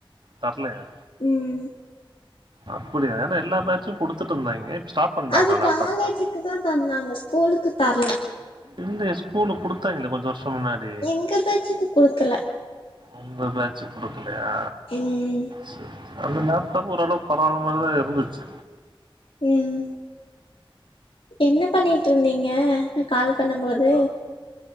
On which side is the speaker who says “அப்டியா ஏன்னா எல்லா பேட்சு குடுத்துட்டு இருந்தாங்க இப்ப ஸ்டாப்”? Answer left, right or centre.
Right